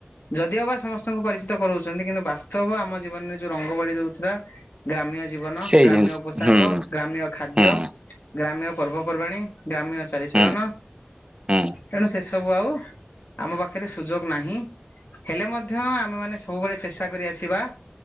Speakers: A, on the left; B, on the right.
A: ଯଦିଓ ବା ସମସ୍ତଙ୍କୁ ପରିଚିତ କରଉଚନ୍ତି କିନ୍ତୁ ବାସ୍ତବ ଆମ ଜୀବନରେ ଯୋଉ ରଙ୍ଗ ବୋଳି ଦଉଥିଲା ଗ୍ରାମ୍ୟ ଜୀବନ,
B: ସେଇ
A: ଗ୍ରାମ୍ୟ
B: ଜିନିଷ
A: ପୋଷାକ,
B: ହୁଁ
A: ଗ୍ରାମ୍ୟ ଖାଦ୍ୟ,
B: ହୁଁ
A: ଗ୍ରାମ୍ୟ ପର୍ବପର୍ବାଣୀ ଗ୍ରାମୀଣ ଚାଲିଚଳନ,
B: ହୁଁ ହୁଁ
A: ତେଣୁ ସେସ ସବୁ ଆଉ, ଆମ ପାଖରେ ସୁଯୋଗ ନାହିଁ, ହେଲେ ମଧ୍ୟ ଆମେ ମାନେ ସ ସବୁବେଳେ ଚେଷ୍ଟା କରି ଆସିବା